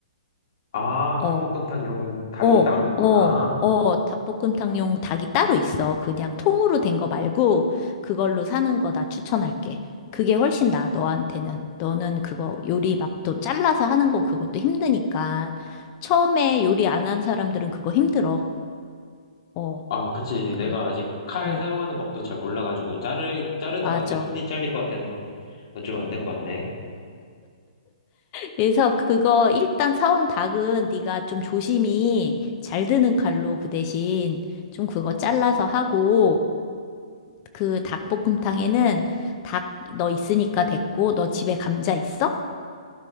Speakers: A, on the left (about 50°); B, on the left (about 30°).
A: 아,
B: 어
A: 닭볶음탕용 닭이
B: 어,
A: 따로 있구나.
B: 어, 어, 닭볶음탕용 닭이 따로 있어. 그냥 통으로 된거 말고 그걸로 사는 거 나 추천할게. 그게 훨씬 나아, 너한테는. 너는 그거 요리 막 또 잘라서 하는 거 그것도 힘드니까. 처음에 요리 안한 사람들은 그거 힘들어. 어,
A: 아, 그치.
B: 그래.
A: 내가 아직 칼
B: 어,
A: 사용하는 법도 잘 몰라가지고, 자르, 자르다가
B: 맞아.
A: 내 손이 잘릴 것 같아서, 좀 안 될 것 같네.
B: 그래서 그거 일단 사온 닭은 네가 좀 조심히 잘 드는 칼로 그 대신 좀 그거 잘라서 하고 그 닭볶음탕에는 닭 너 있으니까 됐고 너 집에 감자 있어?